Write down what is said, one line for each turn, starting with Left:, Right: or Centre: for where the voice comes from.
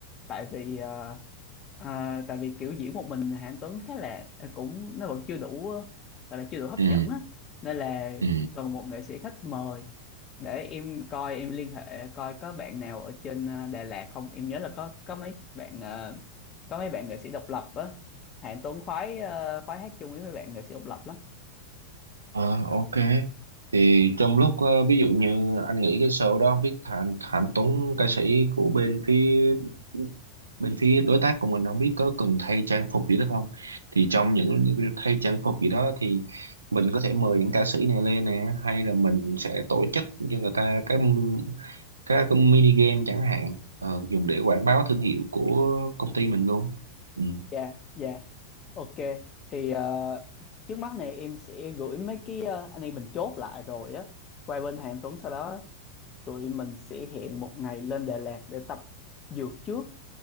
Left: tại vì ờ, Ờ, tại vì kiểu diễn một mình thì Anh Tuấn khá là ờ, cũng nó vẫn chưa đủ ờ, gọi là chưa đủ hấp
Right: ừ
Left: dẫn á nên là
Right: ừ
Left: cần một nghệ sĩ khách mời để em coi em liên hệ coi có bạn nào ở trên ờ, Đà Lạt không em nhớ là có có mấy bạn ờ, có mấy bạn nghệ sĩ độc lập á Hạng Tuấn khoái ờ, khoái hát chung với mấy bạn nghệ sĩ độc lập lắm
Right: Ờ, ok. Thì trong lúc ờ, ví dụ như anh nghĩ cái show đó không biết Thành Thành Tuấn ca sĩ của bên phía bên phía đối tác của mình không biết có cần thay trang phục gì đó không? Thì trong những thay trang phục gì đó thì mình có thể mời những ca sĩ này lên nè hay là mình sẽ tổ chức cho người ta cái m- cái mini game chẳng hạn ờ, dùng để quảng bá thương hiệu của công ty mình luôn. Ừ.
Left: dạ dạ ok thì ờ, trước mắt này em sẽ gửi mấy cái ờ, anh em mình chốt lại rồi á qua bên Hạng Tuấn sau đó tụi mình sẽ hẹn một ngày lên Đà Lạt để tập dược trước